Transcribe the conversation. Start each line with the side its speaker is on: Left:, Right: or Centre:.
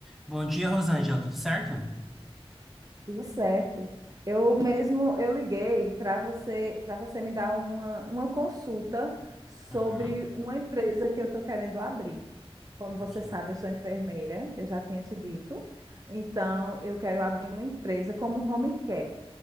Centre: Bom dia, Rosângela, tudo certo?
Right: Tudo certo. Eu mesmo eu liguei para você para você me dar uma, uma consulta sobre
Centre: Aham,
Right: uma empresa que eu estou querendo abrir. Como você
Centre: ok.
Right: sabe, eu sou enfermeira, eu já tinha te dito. Então, eu quero abrir uma empresa como home care,